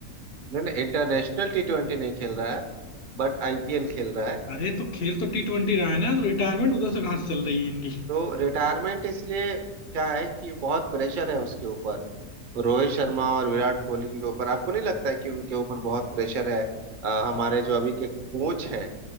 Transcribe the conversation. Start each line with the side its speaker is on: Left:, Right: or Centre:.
Right: नहीं नहीं इंटरनेशनल टी ट्वेंटी नहीं खेल रहा है बट आईपीएल खेल रहा है
Left: अरे तो खेल तो टी ट्वेंटी रहा है ना तो रिटायरमेंट उधर से कहाँ से चल रही है इनकी
Right: तो रिटायरमेंट इसलिए क्या है कि बहुत प्रेशर है उसके ऊपर रोहित शर्मा और विराट कोहली के ऊपर आपको नहीं लगता है कि उनके ऊपर बहुत प्रेशर है अ, हमारे जो अभी के कोच है